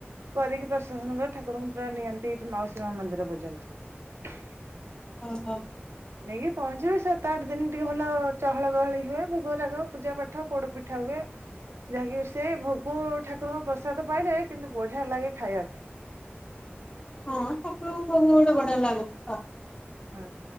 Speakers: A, on the right (about 80°); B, on the left (about 20°).
A: କରିକି ପ୍ରସେସନ କ ଠାକୁରଙ୍କୁ ପୁରା ନିଅନ୍ତି, ଏ ମାଉସୀ ମା ମନ୍ଦିର ପର୍ଯ୍ୟନ୍ତ।
B: ଓହୋ।
A: ନେଇକି ପହଞ୍ଚିବେ, ସାତ ଆଠ ଦିନ ଟିକେ ଭଲ ଚହଳ ଗହଳି ହୁଏ। ଭୋଗରାଗ, ପୂଜା ପାଠ, ପୋଡ ପିଠା ହୁଏ। ଯାହାକି ସେ ଭୋଗୁ ଠାକୁରଙ୍କ ପ୍ରସାଦ ପାଇଲେ କିନ୍ତୁ ବଢିଆ ଲାଗେ ଖାଇବା ପାଇଁ।
B: ହଁ ଠାକୁରଙ୍କ ଭୋଗ ଗୁଡେ ବଢିଆ ଲାଗୁଛି ତ
A: ହଁ